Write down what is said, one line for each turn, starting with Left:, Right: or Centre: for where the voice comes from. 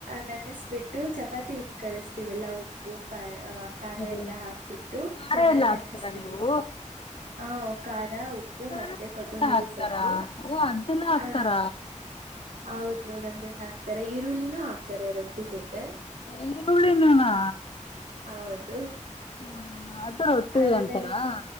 Right: ನೆನೆಸಬಿಟ್ಟು ಚಪಾತಿ ಇಟ್ಟ ಕಲಿಸ್ತಿವಲ್ಲಾ ಉಪ್ಪು ಕಾ ಹ ಖಾರ
Left: ಅದೇ
Right: ಎಲ್ಲಾ ಹಾಕ್ಬಿಟ್ಟು
Left: ಖಾರ
Right: ಚೆನ್ನಾಗ್
Left: ಎಲ್ಲ ಹಾಕ್ತೀರಾ
Right: ನೆನೆಸ್ತೀವಿ
Left: ನೀವು
Right: ಹಾ ಖಾರ ಉಪ್ಪು
Left: ಖಾರದ
Right: ಮತ್ತೆ
Left: ಪುಡಿ
Right: ಕೊತ್ತಂಬರಿ
Left: ಎಲ್ಲ ಹಾಕ್ತಾರ
Right: ಸೊಪ್ಪು
Left: ಓ ಅದೆಲ್ಲ ಹಾಕ್ತಾರ
Right: ಹ ಹೌದು ನಮ್ಮದ್ರಲಿ ಹಾಕ್ತಾರೆ ಈರುಳ್ಳಿನೂ ಹಾಕ್ತಾರೆ ರೊಟ್ಟಿ ಜೊತೆ
Left: ಈರುಳ್ಳಿ ನೊನಾ
Right: ಹೌದು
Left: ಹ ಅದು ರೊಟ್ಟಿ
Right: ಅದನ್ನೆಲ್ಲ
Left: ಅಂತಾರಾ